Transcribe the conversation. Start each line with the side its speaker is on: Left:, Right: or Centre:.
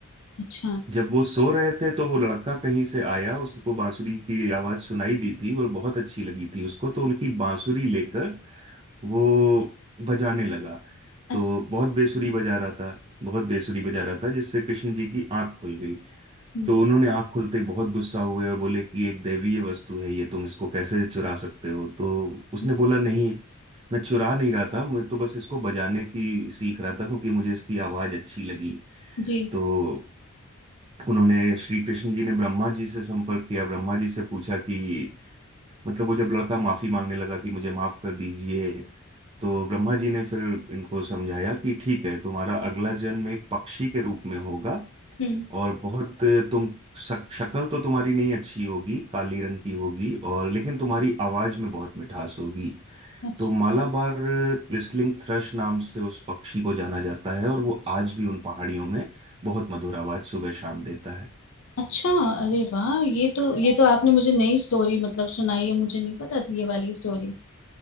Left: अच्छा
Right: जब वो सो रहे थे तो वो लड़का कहीं से आया उसको बांसुरी की आवाज सुनाई दी थी और बहुत अच्छी लगी थी उसको तो उनकी बांसुरी लेकर वो बजाने लगा
Left: अच्छा
Right: तो बहुत बेसुरी बजा रहा था बहुत बेसुरी बजा रहा था जिससे कृष्ण जी की आंख खुल गई
Left: हम्म,
Right: तो उन्होंने आंख खुलते ही बहुत गुस्सा हुए और बोले कि एक दैवीय वस्तु है ये तुम इसको कैसे चुरा सकते हो तो उसने
Left: हम्म,
Right: बोला नहीं मैं चुरा नहीं रहा था मैं तो बस इसको बजाने की सीख रहा था क्योंकि मुझे इसकी आवाज अच्छी लगी
Left: जी
Right: तो उन्होंने श्री कृष्ण जी ने ब्रह्मा जी से संपर्क किया ब्रह्मा जी से पूछा कि मतलब वो जब लड़का माफी मांगने लगा कि मुझे माफ कर दीजिए तो ब्रह्मा जी ने फिर इनको समझाया कि ठीक है तुम्हारा अगला जन्म एक पक्षी के रूप में होगा
Left: हम्म
Right: और बहुत तुम शक, शक्ल तो तुम्हारी नहीं अच्छी होगी काली रंग की होगी और लेकिन तुम्हारी आवाज में बहुत मिठास होगी
Left: अच्छा
Right: तो मालाबार व्हिस्लिंग थ्रश नाम से उस पक्षी को जाना जाता है और वो आज भी उन पहाड़ियों में बहुत मधुर आवाज सुबह शाम देता है
Left: अच्छा अरे वाह ये तो ये तो आपने मुझे नई स्टोरी मतलब सुनाई है मुझे नहीं पता थी ये वाली स्टोरी